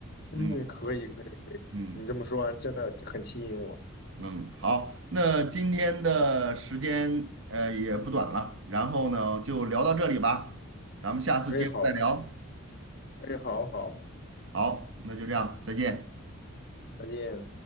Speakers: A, on the left; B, on the right.
A: 嗯，
B: 嗯
A: 可以可以可以，
B: 嗯
A: 你这么说完真的很吸引我。
B: 嗯，好，那今天的时间呃也不短了，然后呢就聊到这里吧，咱们下次接着再聊。
A: 哎，好的，哎，好好。
B: 好，那就这样，再见。
A: 再见。